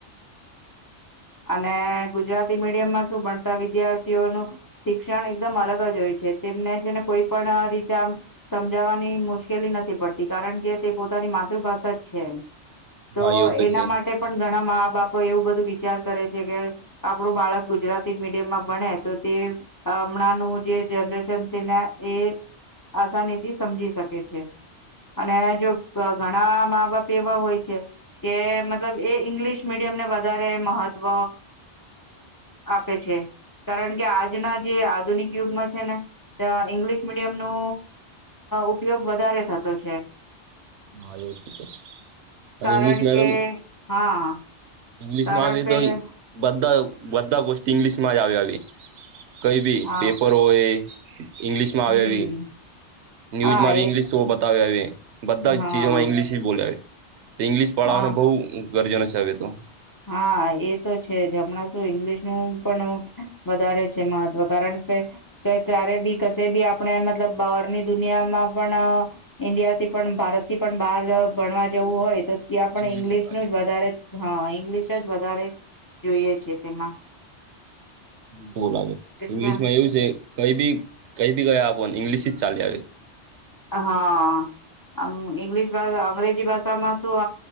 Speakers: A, on the left; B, on the right.
A: અને ગુજરાતી મીડિયમમાં શું ભણતા વિદ્યાર્થીઓનું શિક્ષણ એકદમ અલગ જ હોય છે તેમને છેને કોઈ પણ રીતે આમ સમજાવવાની મુશ્કેલી નથી પડતી કારણ કે તે પોતાની માતૃભાષા જ છે એ. તો
B: હા એવું
A: એના
B: છે
A: માટે પણ ઘણા મા બાપ કોય એવ બધ. વિચાર કરે છે કે આપણું બાળક ગુજરાતી મીડિયમમાં ભણે તો તે હમણાંનું જે જનરેશન તેને એ આસાનીથી સમજી શકે છે અને જો ઘણા મા બાપ એવા હોય છે કે મતલબ એ ઇંગ્લિશ મીડિયમ ને વધારે મહત્વ આપે છે કારણ કે આજના જે આધુનિક યુગમાં છે ને ઈંગ્લિશ મીડિયમ નો ઉપયોગ વધારે થતો છે.
B: હા એવ છે અને
A: કારણ
B: ઇંગ્લિશ મેડિયમ.
A: કે હા
B: ઇંગ્લિશ
A: કારણ
B: માં આવી
A: કે
B: તો
A: હા
B: બધા બધા ગો ઇંગ્લશમાં આવે કઈ ભી
A: હા
B: પેપર હોય ઈંગ્લિશમાં આવે
A: હમ
B: આવી ન્યૂઝમાંી
A: હા એ
B: ઇંગ્લિશ જો આવે બધા
A: હા
B: ચીજમાં ઇ્લિશી બોલે આવે તો ઇંગ્લિશ પડવાનું
A: હા
B: બઉ ગરજન છવે તો
A: હા એ તો છે જ હમણાં શું ઇંગ્લિશનુંું પણ વધારે છે મહત્વ કારણ કે ક્યારે બી કશે બી આપણે મતલબ બહારની દુનિયામાં પણ ઈન્ડિયા થી પણ ભારતથી પણ બહાર ભણવા જવું હોય તો કે આપણે
B: ઇંગ્લિશ
A: ઈંગ્લિશ
B: લાગે
A: ન જ વધારે હા ઇંગ્લિશ જ વધારે જોઈએ છે તેમાં
B: બાગે
A: એટલે
B: ઈંગ્લિશ માં એવું છે કઈ બી કઈ બી ગયા આપો ને ઈંગ્લિશ ચાલી આવી આવીી
A: હા ઈંગ્લિશ અંગ્રેજી ભાષામાં શું